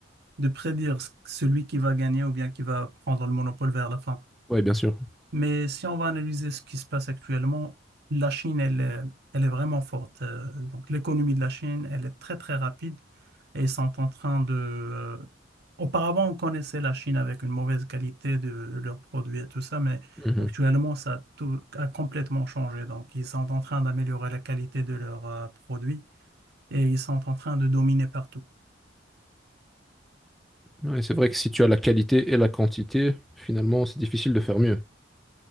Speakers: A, on the right (about 60°); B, in the centre.
A: de prédire ce- celui qui va gagner ou bien qui va prendre le monopole vers la fin.
B: Oui, bien sûr.
A: Mais si on va analyser ce qui se passe actuellement, la Chine, elle, est- elle est vraiment forte. Euh, Donc, l'économie de la Chine, elle est très, très rapide et ils sont en train de... euh, Auparavant, on connaissait la Chine avec une mauvaise qualité de leurs produits et tout ça, mais
B: Mhm.
A: actuellement, ça a, tout- a complètement changé. Donc, ils sont en train d'améliorer la qualité de leurs euh, produits et ils sont en train de dominer partout,
B: Ouais, c'est vrai que si tu as la qualité et la quantité, finalement, c'est difficile de faire mieux.